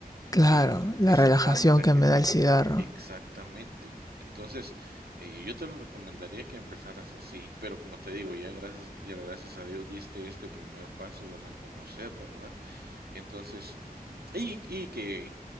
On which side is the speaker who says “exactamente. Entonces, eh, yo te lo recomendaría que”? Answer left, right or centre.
Right